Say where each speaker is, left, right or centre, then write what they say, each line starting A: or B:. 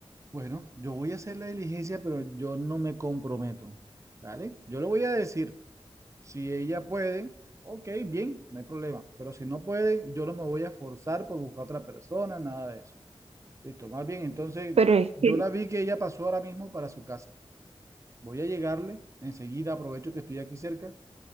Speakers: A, on the right; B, on the right.
A: Bueno, yo voy a hacer la diligencia, pero yo no me comprometo. ¿Vale? Yo lo voy a decir. Si ella puede, ok, bien, no hay problema. Pero si no puede, yo no me voy a forzar por buscar otra persona, nada de eso. Listo, más bien, entonces
B: pero es
A: yo
B: que,
A: la vi que ella pasó ahora mismo para su casa. Voy a llegarle, enseguida aprovecho que estoy aquí cerca